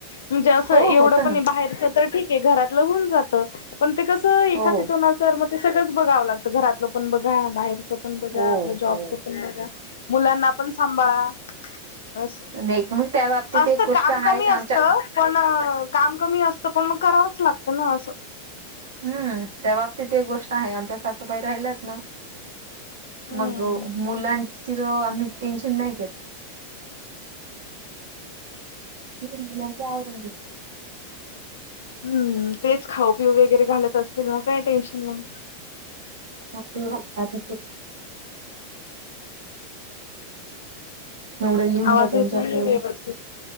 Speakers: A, on the left; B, on the right.
A: म्हणजे असं
B: हो
A: एवढं
B: होतं
A: पण
B: ना
A: बाहेरच तर ठीक आहे घरातलं होऊन जात. पण ते कसं एखादी्यातून
B: हो
A: असल मग ते सगळंच बघावं लागतं घरातलं पण बघा बाहेरच पण बघा.
B: हो
A: आपलं जॉबचं
B: हो
A: मुलांना पण सांभाळा अस,
B: नाही मग त्या बाबतीत
A: असतं
B: एक गोष्ट
A: काम
B: आहे
A: कमी
B: का
A: असत.
B: आमच्या
A: पण काम कमी असतं पण मग करावंच लागतं ना असं.
B: हम्म त्या बाबतीत एक गोष्ट आहे आमच्या सासूबाई राहिल्यात ना
A: हम्म
B: मग मुलांची तर आम्ही टेन्शन नाही घेत. त्या मुलाचं आवरून घेतात.
A: हम्म तेच खाऊ पिऊ वगैरे घालत असतील मग काय टेन्शन नाही?
B: खाऊ पिऊ घालतात
A: <inaudible>
B: एवड्या लिहून
A: आवाज
B: घ्या त्यांच्याकडून.
A: येत नाहीये व्यवस्थित